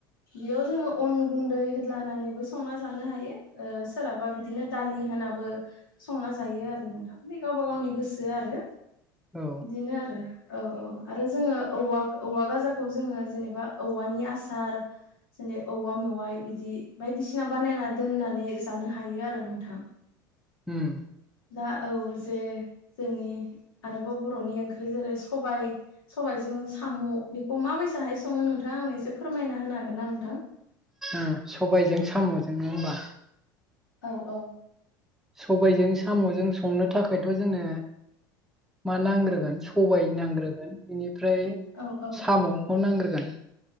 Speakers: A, on the left; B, in the centre.
A: बेयाव जोङो अन गुन्दै होलानानैबो संना जानो हायो ओ सोरहाबा बिदिनो दालि होनाबो संना जायो आरो नोंथां मानि गावबा गावनि गोसो आरो
B: औ
A: बिदिनो आरो औ औ आरो जोङो औवा औवा गाजाखौ जोङो जेनेबा औवानि आसार जेरै औवा मेवाइ बिदि बायदिसिना बानायना दोननानै जानो हायो आरो नोंथां
B: उम
A: दा औ जे जोंनि आरोबाव बर'नि ओं जेरै सबाइ सबाइ जों साम' बेखौ माबायसाहाय सङो नोंथाङा आंनो एसे फोरमायना होनो हागोन ना नोंथां
B: ओम सबायजों साम'जों नङा होमबा
A: औ औ
B: सबायजों साम'जों संनो थाखायथ' जोंनो मा नांग्रोगोन सबाय नांग्रोगोन बिनि फ्राय
A: औ औ
B: साम'खौ नांग्रोगोन